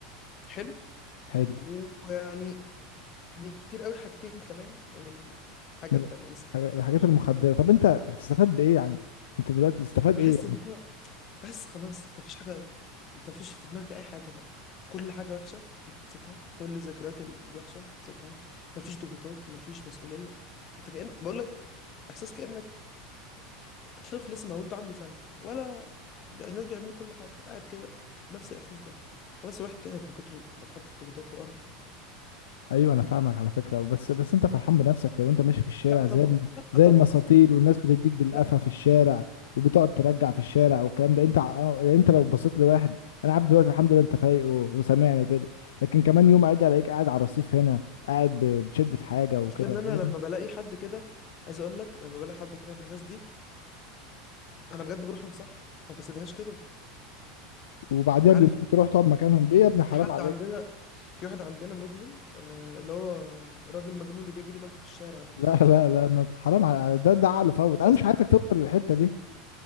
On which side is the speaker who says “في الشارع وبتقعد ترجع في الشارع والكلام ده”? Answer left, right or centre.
Left